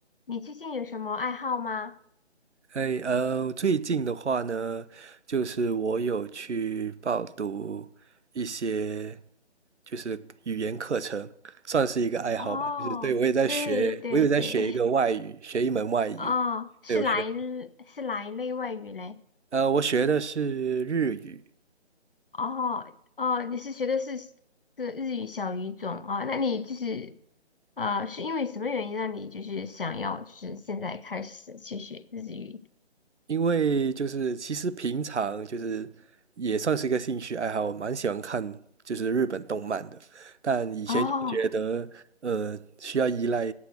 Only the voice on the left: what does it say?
你最近有什么爱好吗？
哦，
对对对，
<laughs> 哦，是哪一
是哪一类外语嘞？
哦哦，你是学的是这个日语小语种哦？那你就是呃，是因为什么原因让你就是想要就是现在开始去学日语？
哦，